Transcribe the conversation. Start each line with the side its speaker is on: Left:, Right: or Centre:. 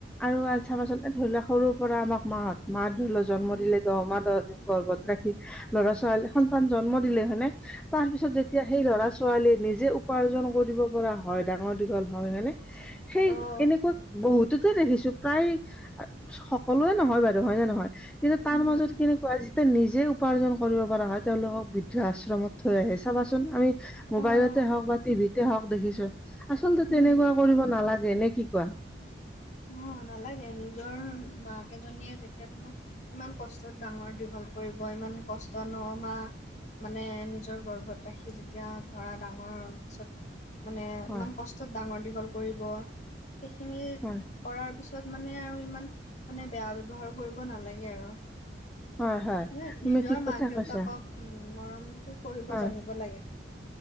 Centre: আৰু আঁ চাবাচোন? ধৰি লোৱা, সৰুৰ পৰা আমাক মাহত, মাহত ধৰি লওঁ জন্ম দিলে, দহ মাহ দহ দিন গৰ্ভত ৰাখি, ল'ৰা-ছোৱালী, সন্তান জন্ম দিলে। হয়নে? তাৰপিছত, যেতিয়া সেই, লৰা-ছোৱালীয়ে নিজে উপাৰ্জন কৰিব পৰা হয়, ডাঙৰ-দীঘল হয় মানে। সেই,
Left: অ',
Centre: এনেকুৱা বহুততে দেখিছোঁ! প্ৰায়, সকলোৱে নহয় বাৰু। হয় নে নহয়? কিন্তু, তাৰ
Left: উম,
Centre: মাজত কেনেকুৱা, যেতিয়া নিজে, উপাৰ্জন কৰিব পৰা হয়, তেওঁলোকক তো আশ্ৰমত থৈ আহে, চাবাচোন? আমি, মোবাইলতে
Left: অ',
Centre: হওঁক বা টিভিতে হওঁক দেখিছোঁ। আচলতে,
Left: উম।
Centre: তেনেকুৱা কৰিব নালাগে, নে কি কোৱা?
Left: অ' নালাগে, নিজৰ মাক এজনীয়ে যেতিয়া, তোমাক ইমান কষ্টত ডাঙৰ-দীঘল কৰিব! ইমান কষ্ট ন- মাহ মানে, নিজৰ গৰ্ভত ৰাখি, যেতিয়া ধৰা, ডাঙৰ হোৱাৰ পিছত মানে,
Centre: হয়
Left: ইমান কষ্টত ডাঙৰ-দীঘল কৰিব! সেইখিনি
Centre: হয়!
Left: কৰাৰ পিছত মানে আৰু ইমান মানে, বেয়া ব্যৱহাৰ কৰিব নালাগে আৰু!
Centre: হয় হয়
Left: মানে, নিজৰ
Centre: তুমি ঠিক
Left: মাক-দেউতাকক,
Centre: কথা কৈছা
Left: উম! মৰমটো কৰিব
Centre: হয়
Left: জানিব লাগে।